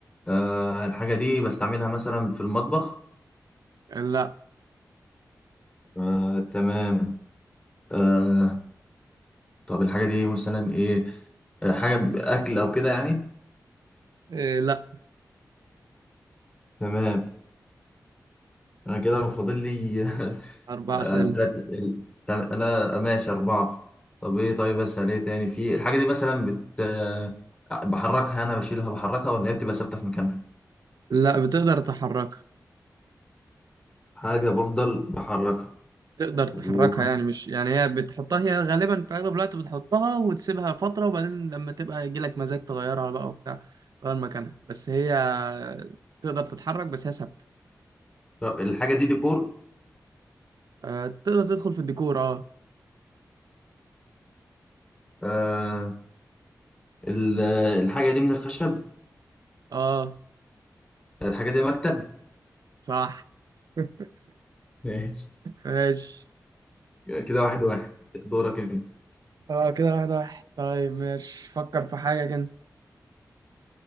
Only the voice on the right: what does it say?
لا
آه، لا
أربع
أسئلة
لا بتقدر تحركها
تقدر
تحركها يعني مش يعني هي بتحطها هي غالبا في أغلب الوقت بتحطها وتسيبها فترة وبعدين لما تبقى يجيلك مزاج تغيرها بقى وبتاع تغير مكانها بس هي تقدر تتحرك بس هي ثابتة
آه، تقدر تدخل في الديكور اه
اه
صح <laughs>
ماشي
اه كده واحد واحد طيب ماشي فكر في حاجة كده